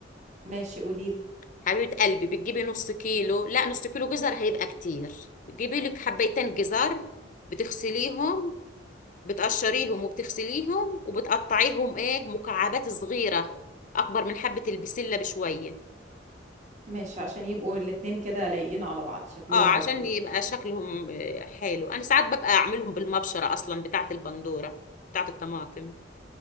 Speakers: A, on the right; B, on the left.
A: ماشي قوليلي
B: حبيبة قلبي بتجيبي نص كيلو لا نص كيلو جزر هيبقى كتير تجيبي لك حبيتين جزر بتغسليهم بتقشريهم وبتغسليهم وبتقطعيهم ايه مكعبات صغيرة اكبر من حبة البسلة بشوية
A: ماشي عشان يبقوا الاتنين كده لايقين على بعض شكلهم
B: اه عشان
A: مظبوط
B: يبقى شكلهم آه، حلو انا ساعات ببقى اعملهم بالمبشره اصلا بتاعه البندوره بتاعه الطماطم